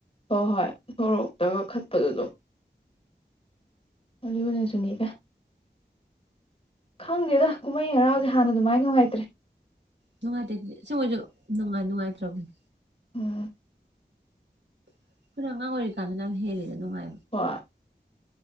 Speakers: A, on the left; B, on the right.
A: ꯍꯣꯏ ꯍꯣꯏ ꯁꯣꯔꯣꯛꯇꯒ ꯈꯠꯄꯗꯨ ꯑꯗꯨꯝ ꯑꯗꯨꯅ ꯁꯨꯅꯤꯗ ꯈꯪꯗꯦꯗ ꯀꯨꯝꯍꯩ ꯍꯔꯥꯎꯁꯦ ꯍꯥꯟꯅ ꯑꯗꯨꯃꯥꯏꯅ ꯅꯨꯡꯉꯥꯏꯇ꯭ꯔꯦ
B: ꯅꯨꯡꯉꯥꯏꯇꯦ ꯑꯗꯨꯗꯤ ꯑꯁꯦꯡꯕꯩꯖꯨ ꯅꯨꯡꯉꯥꯏ ꯅꯨꯡꯉꯥꯏꯇ꯭ꯔꯕꯅꯦ
A: ꯎꯝ
B: ꯑꯩꯈꯣꯏꯅ ꯑꯉꯥꯡ ꯑꯣꯏꯔꯤꯀꯥꯟꯗꯅ ꯌꯝ ꯍꯦꯜꯂꯤꯗ ꯅꯨꯡꯉꯥꯏ
A: ꯍꯣꯏ